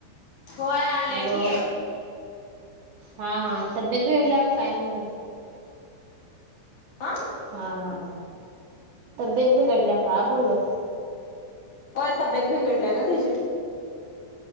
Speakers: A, on the left; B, on the right.
A: होय आल्या
B: हॅलो
A: की
B: हा -हा तब्येत बिघडल्या काय म्हणून म्हटलं
A: हा
B: हा हा हा तबीयेत बीघडल्या काय बोललो
A: होता बिघडल्या ग त्याची